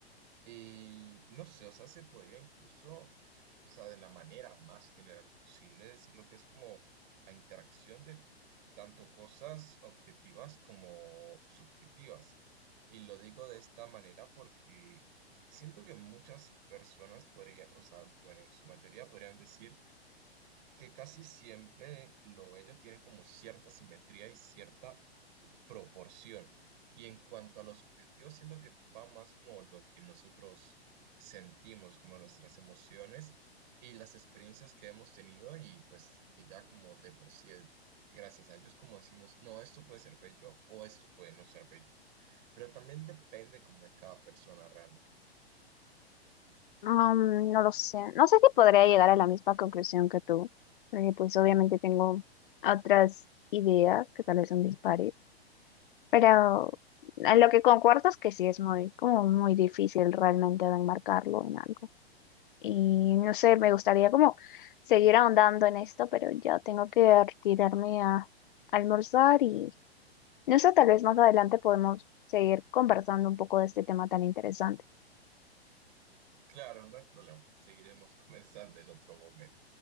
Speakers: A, on the right; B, on the left.
A: Y no sé, o sea, se podría incluso, o sea, de la manera más general posible decir lo que es como la interacción de tanto cosas objetivas como subjetivas. Y lo digo de esta manera porque siento que muchas personas podrían, o sea, bueno, en su mayoría podrían decir que casi siempre lo bello tiene como cierta simetría y cierta proporción. Y en cuanto a los subjetivos, siento que va más como lo que nosotros sentimos, como nuestras emociones y las experiencias que hemos tenido y pues que ya como de por sí, gracias a ellos, como decimos, no, esto puede ser bello o esto puede no ser bello. Pero también depende como de cada persona realmente.
B: Um, no lo sé. No sé si podría llegar a la misma conclusión que tú, porque pues obviamente tengo otras ideas que tal vez son dispares, pero a lo que concuerdo es que sí es muy, como muy difícil realmente de enmarcarlo en algo. Y no sé, me gustaría como seguir ahondando en esto, pero ya tengo que retirarme a almorzar y no sé, tal vez más adelante podemos seguir conversando un poco de este tema tan interesante.
A: Y claro, no hay problema, seguiremos <laughs> conversando en otro momento.